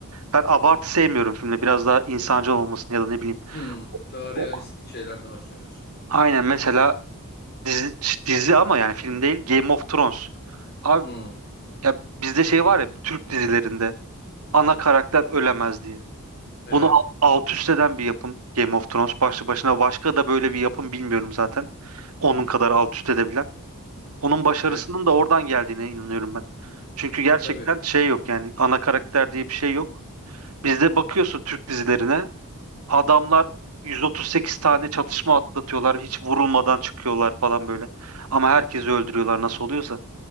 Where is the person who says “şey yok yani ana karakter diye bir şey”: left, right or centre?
Right